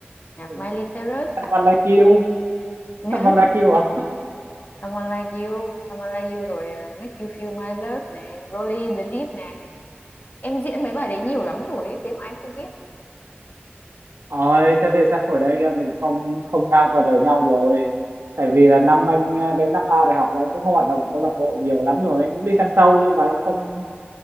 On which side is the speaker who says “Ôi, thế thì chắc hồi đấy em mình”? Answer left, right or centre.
Right